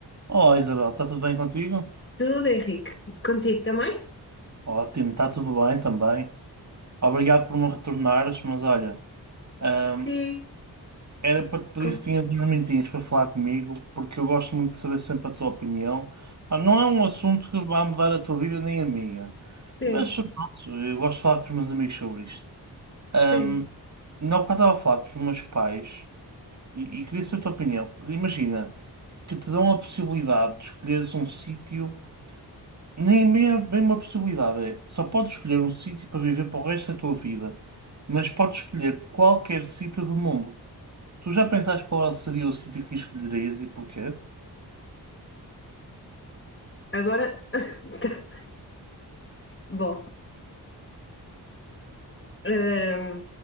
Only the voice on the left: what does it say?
Tudo, Henrique. Contigo também?
Sim,
com-
sim,
sim.
Agora, <laughs> tá. bom, hum,